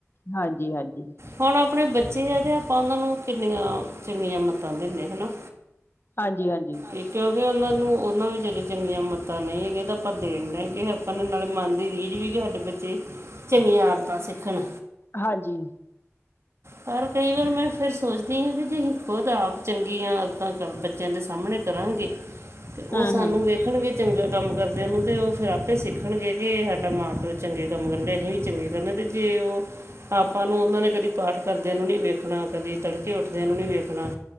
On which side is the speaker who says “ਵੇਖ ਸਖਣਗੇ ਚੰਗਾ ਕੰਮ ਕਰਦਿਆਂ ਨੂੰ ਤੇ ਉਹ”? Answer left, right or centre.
Right